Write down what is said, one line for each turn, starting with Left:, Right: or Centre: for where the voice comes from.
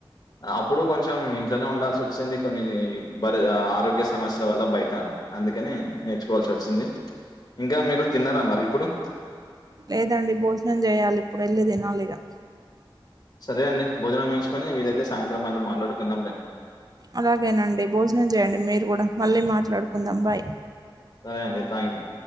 Left: అప్పుడు కొంచెం ఇంట్లోనే ఉండాల్సి వో. కొన్నిరి ఆరోగ్య సమస్యల వల్ల బయట అందుకని నేర్చుకోవాల్సి వచ్చింది. ఇంకా మీరు తిన్నారా మరి ఇప్పుడు
Right: లేదండి భోజనం చేయాలి ఇప్పుడు ఏళ్ళి తినాలిగా
Left: సరే అండి భోజనం వేయించుకొని వీలైతే సాయంత్రం మళ్ళీ మాట్లాడుకుందాంలే
Right: అలాగేనండి భోజనం చేయండి మీరు కూడా మళ్ళీ మాట్లాడుకుందాం బాయ్
Left: సరే అండి థ్యాంక్ యూ